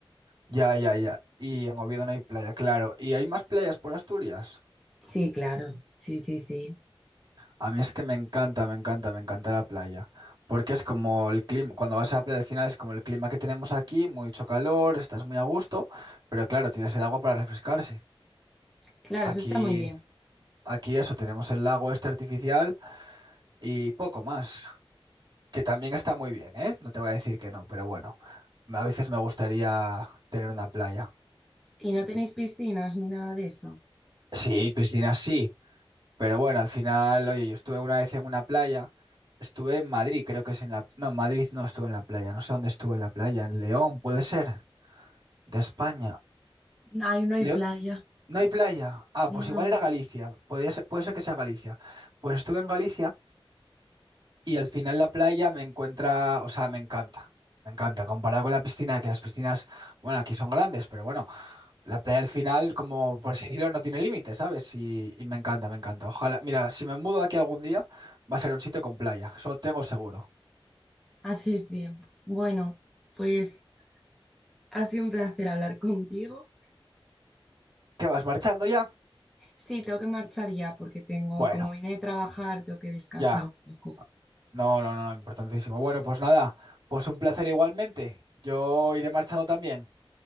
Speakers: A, on the right; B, in the centre.
A: Ya, ya, ya. Y en Oviedo no hay playa, claro. ¿Y hay más playas por Asturias?
B: Sí, claro. Sí, sí, sí.
A: A mí es que me encanta, me encanta, me encanta la playa. Porque es como el clima, cuando vas a la playa al final es como el clima que tenemos aquí, mucho calor, estás muy a gusto, pero claro, tienes el agua para refrescarse.
B: Claro,
A: Aquí,
B: eso está muy bien.
A: aquí eso, tenemos el lago este artificial y poco más, que también está muy bien, ¿eh? No te voy a decir que no, pero bueno, a veces me gustaría tener una playa.
B: ¿Y no tenéis piscinas ni nada de eso?
A: Sí, piscina sí. Pero bueno, al final, oye, yo estuve una vez en una playa, estuve en Madrid, creo que es en la... No, en Madrid no estuve en la playa, no sé dónde estuve en la playa, en León, puede ser, de España.
B: Ahí no hay
A: León,
B: playa.
A: no hay playa. Ah,
B: No,
A: pues igual era Galicia, podía ser- puede ser que sea Galicia. Pues estuve en Galicia. Y al final la playa me encuentra, o sea, me encanta, me encanta, comparado con la piscina, que las piscinas, bueno, aquí son grandes, pero bueno, la playa al final, como por así decirlo, no tiene límites, ¿sabes? Y, y me encanta, me encanta. Ojalá, mira, si me mudo aquí algún día, va a ser un sitio con playa, eso tengo seguro.
B: haces bien. Bueno, pues ha sido un placer hablar contigo.
A: ¿Qué vas marchando ya?
B: Sí, tengo que marchar ya porque tengo,
A: Bueno,
B: como vine de trabajar, tengo que descansar
A: ya.
B: un poco.
A: No, no, no, no, importantísimo. Bueno, pues nada, pues un placer igualmente. Yo iré marchando también.